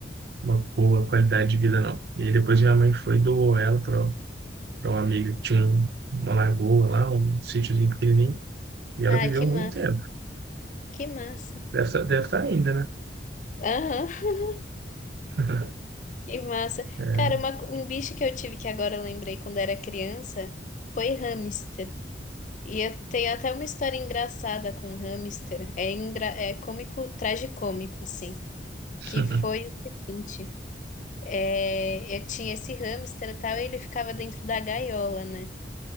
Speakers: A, on the right; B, on the left.
A: uma boa qualidade de vida, não. E aí depois minha mãe foi e doou ela pra, pra uma amiga que tinha um- uma lagoa lá, um sítiozinho pequenininho. E ela
B: Ai,
A: viveu
B: que massa,
A: muito tempo.
B: que massa.
A: Deve, estar- deve estar ainda, né?
B: Aham, <laughs>
A: <laughs>
B: que massa.
A: É.
B: Cara, uma co- um bicho que eu tive que agora eu lembrei quando era criança foi hamster. E eu tenho até uma história engraçada com hamster. É, engra... é cômico, tragicômico, assim. Que
A: <laughs>
B: foi o seguinte. É, eu tinha esse hamster e tal, e ele ficava dentro da gaiola, né?